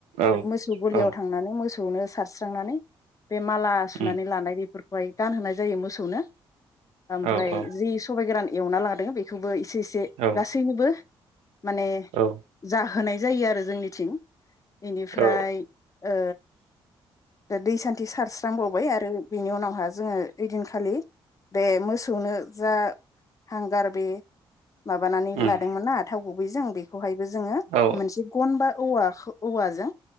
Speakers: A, on the right; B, on the left.
A: औ
B: मोसौ गलियाव
A: औ
B: थांनानै मोस सौनो सारस्रांनानै बे माला सुनानै
A: उम
B: लानाय बेफोरख हाय गानहोनाय जायो मोसौनो। ओमफ्राय
A: औ औ
B: जि सबाइ गोरान एवना लादों बेखौबो एस-एसे
A: औ
B: गासैनोबो माने
A: औ
B: जा होनाय जायो आरो जोंनिथिं। बेनिफ्राय
A: औ
B: ओ दा दै सान्थि सारस्रांबावबाय आरो । बिनि उनावहाय जोङो ओइदिनखालि बे मोसौनो जा हांगार बे माबानानै
A: उम
B: लादोंमोन ना थाव गुबैजों बेखौहायबो जोङो
A: औ
B: मोनसे गन बा औवा औवाजों